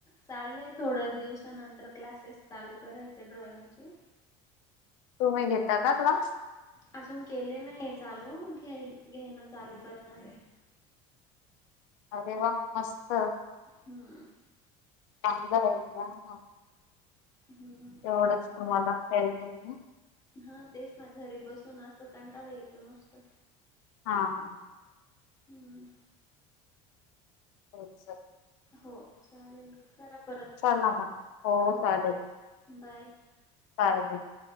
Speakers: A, on the left; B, on the left.
A: चालय थोड्या दिवसानंतर क्लासेस चालू करायचे ड्रॉइंगचे.
B: तुम्ही घेता का क्लास?
A: अजून केले नाहीये चालू घ घेणं चालू करणारे.
B: अरे वा मस्त
A: हम्म
B: चांगला आहे हां
A: हम्म
B: एवढंच तुम्हाला <unintelligible>
A: हा तेच ना घरी बसून असं कंटाळा येतो नुसतं.
B: हा ह.
A: हम्म!
B: हो सर.
A: हो चालेल करा परत,
B: चला मग
A: हो
B: चालेल
A: बाय!
B: <unintelligible>